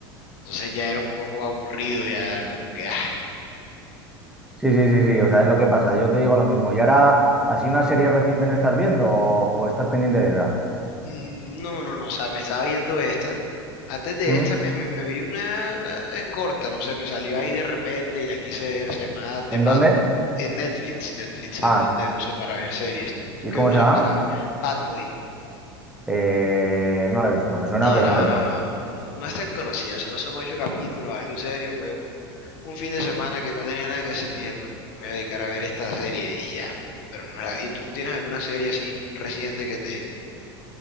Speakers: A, on the left; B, in the centre.
A: entonces ya era un poco aburrido, ya como que,
B: sí, sí, sí, sí, o sea, es lo que pasa, yo te digo lo mismo. Y ahora, así una serie reciente no estás viendo o, o estás pendiente de esa.
A: Mm, No, no, no, o sea, me estaba viendo esta. Antes de
B: ¿Mm?
A: esta me, me- me vi una, la- es corta, no sé, me salió ahí de repente y la quise ver, se llamaba The
B: ¿En
A: Bad,
B: dónde?
A: en Netflix, Netflix es
B: Ah,
A: donde
B: sí.
A: uso para ver series. ¿Tú, tú
B: ¿y
A: qué
B: cómo
A: usas
B: se llama?
A: para Bad Boy?
B: Eh, no la he visto, me suena,
A: No,
B: pero
A: no,
B: no la he
A: no,
B: visto.
A: no, no, no, no es tan conocida, solo son ocho capítulos, algo serio, fue un, un fin de semana que no tenía nada que hacer y dije, bueno, me voy a dedicar a ver esta serie y ya. Pero no, es la- ¿y tú tienes alguna serie así reciente que te...